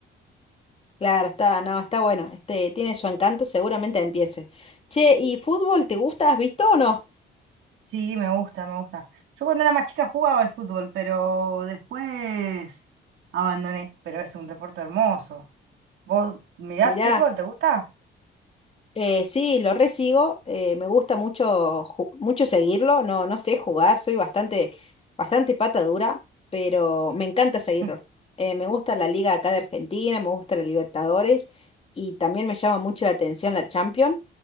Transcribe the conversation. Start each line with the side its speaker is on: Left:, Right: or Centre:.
Left: Claro, está, no, está bueno. Este, tiene su encanto, seguramente empiece. Che, ¿y fútbol te gusta? ¿Has visto o no?
Right: Sí, me gusta, me gusta. Yo cuando era más chica jugaba al fútbol, pero después abandoné. Pero es un deporte hermoso. ¿Vos mirás
Left: Mirá,
Right: fútbol? ¿Te gusta?
Left: eh, sí, lo resigo. eh, me gusta mucho, ju- mucho seguirlo. No, no sé jugar, soy bastante, bastante pata dura, pero me encanta seguirlo.
Right: <laughs>
Left: Eh, me gusta la liga acá de Argentina, me gusta la Libertadores y también me llama mucho la atención la Champions,